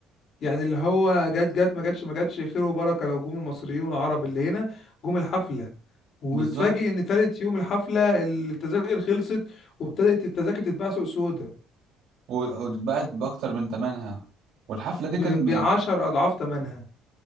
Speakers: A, on the left; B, on the right.
A: يعني اللي هو جت جت ما جاتش ما جاتش خير وبركه لو جم المصريين والعرب اللي هنا جم الحفله وتفاجئ
B: بالظبط
A: ان تالت يوم الحفله التذاكر خلصت وابتدت التذاكر تتباع سوق سودا
B: و- واتباعت بأكتر من تمنها والحفلة دي كان
A: ب
B: مت...
A: 10 اضعاف ثمنها